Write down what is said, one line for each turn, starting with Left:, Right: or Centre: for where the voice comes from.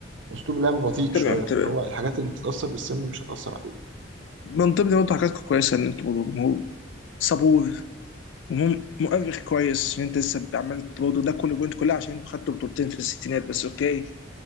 Right: أسلوب لعبه بطيء
Left: تمام
Right: شوية فهو
Left: تمام
Right: الحاجات اللي بتتأثر بالسن مش هتأثر عليه
Left: من ضمن برضه حاجات كويسه ان انتوا برضه جمهور صبور جمهور مؤرخ كويس ان انت لسه عملت برضه ده كله بوينت كلها عشان انتوا خدتوا بطولتين في الستينات بس اوكي